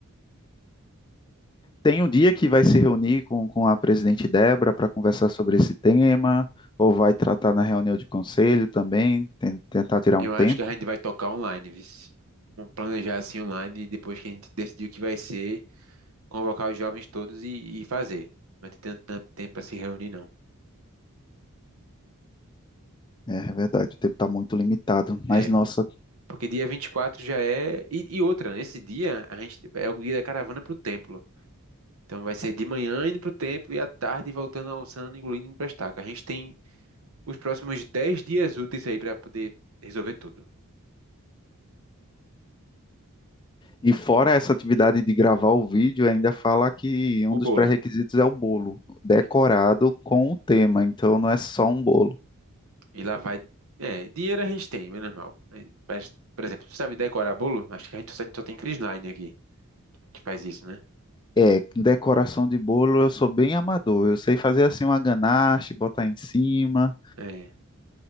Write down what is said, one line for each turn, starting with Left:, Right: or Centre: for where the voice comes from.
Left: Tem um dia que vai se reunir com, com a presidente Débora para conversar sobre esse tema, ou vai tratar na reunião de conselho também, ten- tentar tirar
Right: Eu
Left: um tempo.
Right: acho que a gente vai tocar online, viu? Vamos planejar assim online, e depois que a gente decidir o que vai ser, convocar os jovens todos e, e fazer. Não vai ter tanto, tanto tempo para se reunir, não.
Left: É, é verdade, o tempo está muito limitado. Mas,
Right: É,
Left: nossa,
Right: porque dia 24 já é. E, e outra, nesse dia a gente é o dia da caravana pro templo. Então vai ser de manhã indo pro templo e à tarde voltando almoçando, engolindo indo pra estaca. A gente tem os próximos 10 dias úteis aí pra poder resolver tudo.
Left: e fora essa atividade de gravar o vídeo, ainda fala que um
Right: O
Left: dos
Right: bolo.
Left: pré-requisitos é o bolo, decorado
Right: É.
Left: com o tema. Então, não é só um bolo.
Right: E lá vai. É, dinheiro a gente tem, menos mal. É, Mas, por exemplo, sabe decorar bolo? Acho que a gente só, só tem Crisline aqui que faz isso, né?
Left: É, com decoração de bolo eu sou bem amador. Eu sei fazer assim uma ganache, botar em cima,
Right: É.